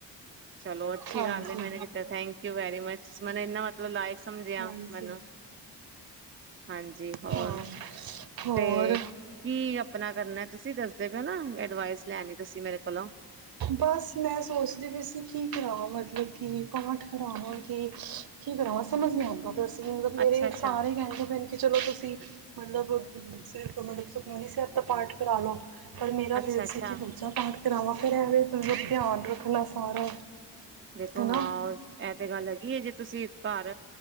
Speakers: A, on the right; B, on the right.
A: ਚਲੋ ਅੱਛੀ
B: ਹਾਂਜੀ
A: ਗੱਲ ਮੈਨੇ ਕੀਤਾ ਥੈਂਕ ਯੂ ਵੈਰੀ ਮਚ ਮੈਨੂੰ ਇੰਨਾ ਮਤਲਬ ਲਾਇਕ ਸਮਝਿਆ
B: ਹਾਂਜੀ
A: ਮੈਨੂੰ ਹਾਂਜੀ ਹੋਰ
B: ਹਾਂ ਹੋਰ
A: ਤੇ ਕੀ ਆਪਣਾ ਕਰਨਾ ਤੁਸੀਂ ਦੱਸਦੇ ਪਏ ਨਾ ਅਡਵਾਈਸ ਲੈਣੀ ਤੁਸੀਂ ਮੇਰੇ ਕੋਲੋਂ
B: ਬਸ ਮੈਂ ਸੋਚਦੀ ਵੀ ਅ ਕੀ ਕਰਾਂ ਮਤਲਬ ਕਿ ਪਾਠ ਕਰਾਵਾਂ ਕਿ ਕੀ ਕਰਾਵਾਂ ਸਮਝ ਨੀ ਆਂ ਬਸ ਮਤਲਬ ਮੇਰੇ
A: ਅੱਛਾ-ਅੱਛਾ,
B: ਸਾਰੇ ਕਹਿੰਦੇ ਪਏ ਨੇ ਕਿ ਚਲੋ ਤੁਸੀਂ ਮਤਲਬ ਸਿਰਫ ਮਤਲਬ ਸੁਖਮਨੀ ਸਾਹਿਬ ਦਾ ਆਪਣਾ ਪਾਠ ਕਰਾ ਲਓ ਪਰ ਮੇਰਾ
A: ਅੱਛਾ-ਅੱਛਾ
B: ਦਿਲ ਸੀ ਕਿ ਦੂਜਾ ਪਾਠ ਕਰਾਵਾਂ ਮਤਲਬ ਧਿਆਨ ਰੱਖਣਾ ਸਾਰਾ
A: ਦੇਖੋ
B: ਹਨਾ
A: ਹਾਂ ਇਹ ਤੇ ਗੱਲ ਹੈ ਜੇ ਤੁਸੀਂ ਘਰ